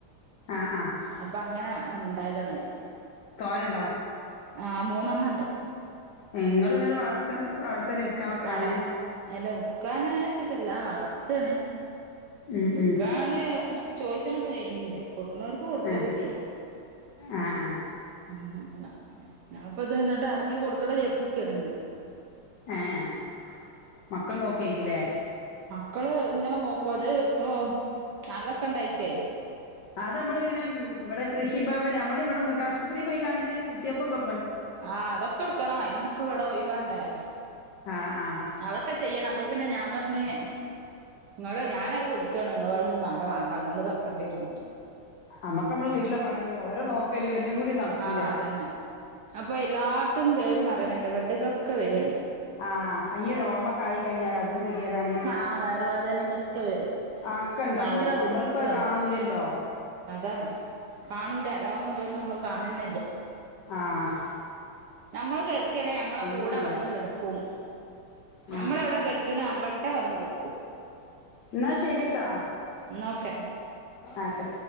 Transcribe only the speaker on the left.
ആഹ് ആഹ്
തോന്നുണ്ടോ
നിങ്ങ ഇന്നരു വളർത്തണ വിൽക്കാൻ വെക്കണ
അങ്ങനെ
ഉം
ഉം
ആ
ആ ആ
ആഹ ആഹ മക്കൾ നോക്കിയക്കില്ലേ
അത് നമ്മള് ഇങ്ങനെ ഇവിടെ കൃഷിഭവൻ നമ്മൾ ഇവിടെ മൃഗാശുപത്രിയിൽ പോയികാണ്ട് കുത്തിയപ്പ കൊ
ആ ആ
നമ്മക്ക് നമ്മള് വീട്ടിലെ പണിയ ഓരോ നോക്കലും എല്ലും കൂടി നടക്കൂല
ആ ഇനി ഓമക്കയി കഴിഞ്ഞാൽ അതും കെതിയട്ടാണ്
ആക്കെ ഇണ്ടാവും
നമ്മളിപ്പോ
കാണൂലല്ലോ
ആഹ
കൂടില്ല
ആ
എന്നാ ശരിട്ടാ
ആതെ